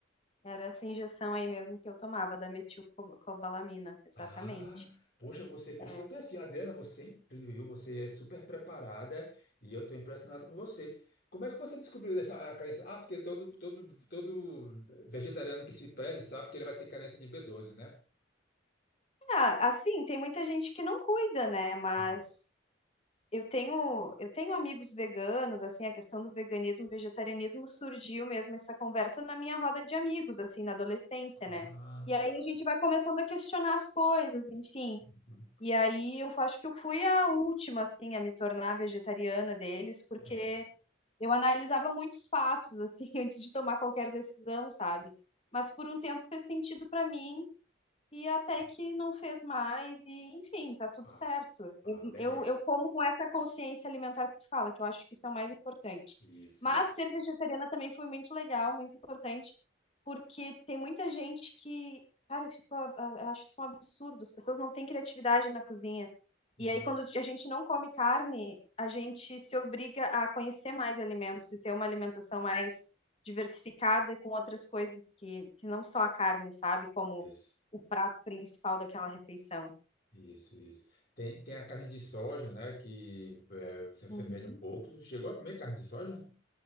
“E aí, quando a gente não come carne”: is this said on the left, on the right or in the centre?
Left